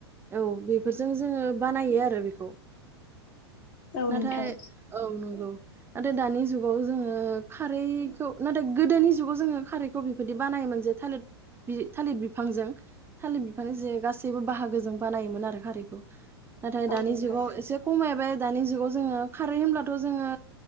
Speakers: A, on the right; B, on the left.
A: औ बेफोरजों जोङो बानायो आरो बेखौ
B: औ
A: नाथाय
B: नोंथां
A: औ नोंगौ। नाथाय दानि जुगाव जोङो खारैखौ नाथाय गोदोनि जुगाव जोङो खारैखौ बेबायदि बानायोमोन जे थालिर बि थालिर बिफांजों। थालिर बिफानि जे गासैबो बाहागोजों बानायोमोन आरो। खारिखौ। नाथाय दानि
B: औ नोंथां
A: जुगाव एसे खमायबाय दानि जुगाव जोङो खारै होनब्लाथ' जोङो